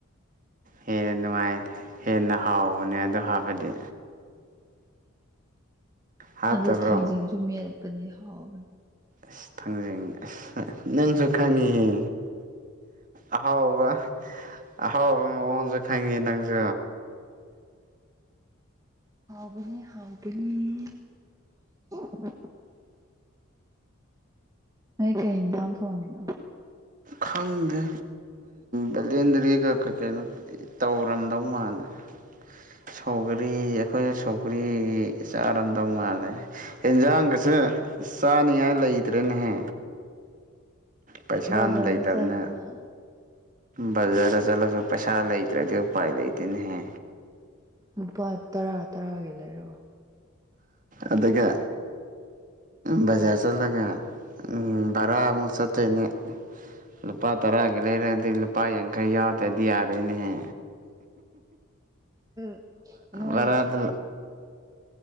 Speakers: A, on the right; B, on the right.
A: ꯍꯦꯟꯅ ꯅꯨꯡꯉꯥꯏ ꯍꯦꯟꯅ ꯍꯥꯎꯕꯅꯦ ꯑ ꯍꯥꯞꯕꯗꯤ ꯍꯥꯞꯇꯕ꯭ꯔꯣ
B: ꯑꯗꯣ ꯊꯥꯡꯖꯤꯡꯁꯨ ꯃꯦꯠꯄꯅꯦ ꯍꯥꯎꯕꯅꯤ
A: ꯑꯁ ꯊꯥꯡꯖꯅꯤꯡ ꯑꯁ ꯅꯪꯁꯨ ꯈꯪꯉꯤꯍꯦ ꯑꯍꯥꯎꯕ ꯑꯍꯥꯎꯕ ꯃꯑꯣꯣꯟꯁꯨ ꯈꯪꯉꯤ ꯅꯪꯁꯨ
B: ꯍꯥꯎꯕ ꯍꯥꯎꯕ <inaudible> ꯅꯣꯏ ꯀꯩꯗ ꯇꯣꯡꯉꯅꯣ
A: ꯈꯪꯗ ꯕꯂꯦꯟꯗꯔꯤꯒ ꯀ ꯀꯩꯅꯩꯅꯣ ꯇꯧꯔꯝꯗꯧ ꯃꯥꯜꯂꯦ ꯁꯧꯒꯔꯤ ꯑꯩꯈꯣꯏ ꯁꯧꯒ꯭ꯔꯤ ꯆꯥꯔꯝꯗꯧ ꯃꯥꯜꯂꯦ ꯏꯟꯖꯥꯡꯒ ꯁ ꯅꯌꯥꯥꯏ ꯂꯩꯇꯦꯟꯍ ꯄꯩꯁꯥꯅ
B: ꯕꯖꯥꯔꯗ
A: ꯂꯩꯇꯕꯅ
B: ꯆꯠꯂꯣꯅ
A: ꯕꯖꯥꯗ ꯆꯠꯂꯁꯨ ꯄꯩꯁꯥ ꯂꯩꯇ꯭ꯔꯗꯤ ꯎꯄꯥꯏ ꯂꯩꯇꯦꯅꯍꯦ
B: ꯂꯨꯄꯥ ꯇꯔꯥ ꯇꯔꯥꯒꯤ ꯂꯩꯔꯑꯣ
A: ꯑꯗꯒꯤ ꯕꯖꯥꯔ ꯆꯠꯂꯒ ꯚꯔꯥ ꯑꯃꯨꯛ ꯆꯠꯇꯣꯏꯅꯦ ꯂꯨꯄꯥ ꯇꯔꯥꯒꯤ ꯂꯩꯔꯒꯗꯤ ꯂꯨꯄꯥ ꯌꯥꯡꯈꯩ ꯌꯥꯎꯗ꯭ꯔꯗꯤ ꯌꯥꯔꯣꯏꯅꯦꯍꯦ
B: ꯎꯝ ꯅꯣꯏ
A: ꯕꯔꯥꯗ